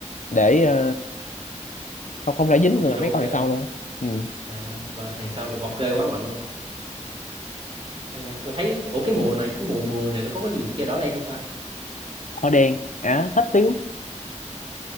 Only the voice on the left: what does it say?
để ờ, không không để dính
người
mấy
con hàng sau luôn á ừ.
hoa đen à hết tiêu